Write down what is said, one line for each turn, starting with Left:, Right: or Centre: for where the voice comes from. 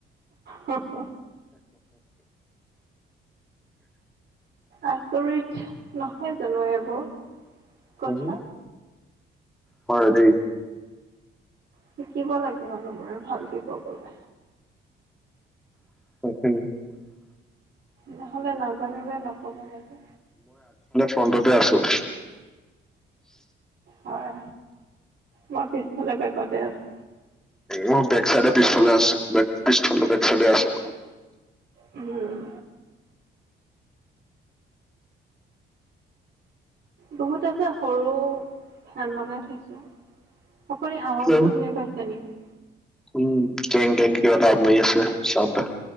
Right: হ হ আচৰিত নহয় জানো এইবোৰ। কথা
Centre: হম। হয় দেই।
Right: শিকিব লাগিব <unintelligible> ভালকে ক'বলে।
Centre: <unintelligible>
Right: নহ'লে ন'। জানিলে নক'ব লাগে।
Centre: ফ্ৰণ্টটে আছোঁ।
Right: হয়, মই পিছফালে বেকতে আছোঁ।
Centre: মোৰ বেকচাইডে পিছফালে আছি বেক পিছফালে বেকছাইডে আছে।
Right: উম। বহুত এটা সৰু ফেন লগাই থৈছোঁ। আপুনি আৱাজটো
Centre: উম
Right: শুনি পাইছে নেকি?
Centre: উম, কেং কেং কিবা এটা আপ মাৰি আছে, ছাউণ্ড এটা।